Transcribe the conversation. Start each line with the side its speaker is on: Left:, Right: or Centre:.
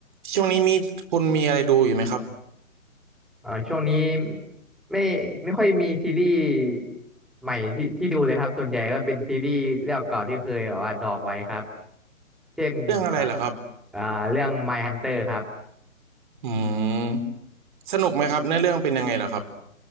Right: ช่วงนี้มีคุณมีอะไรดูอยู่ไหมครับ
Centre: อ่าช่วงนี้ไม่ไม่ค่อยมีซีรีส์ใหม่ที่ที่ดูเลยครับส่วนใหญ่ก็เป็นซีรีส์เรื่องเก่าที่เคยแบบว่าดองไว้ครับเช่นเอ่ออะไรล่ะอ่าเรื่อง
Right: เรื่องอะไรเหรอครับ
Centre: My Hunter ครับ
Right: อืมสนุกไหมครับเนื้อเรื่องเป็นยังไงเหรอครับ